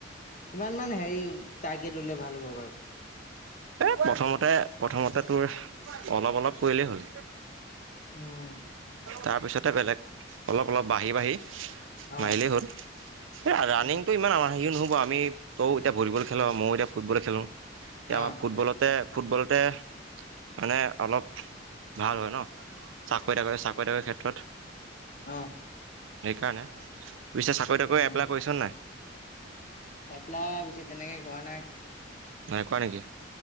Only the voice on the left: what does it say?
কিমান হেৰি টাৰ্গেট ললে ভাল হ'ব বাৰু?
উম।
অ',
উম,
অ',
অঁ।
উম।
এপ্লাই পিছে তেনেকে কৰা নাই।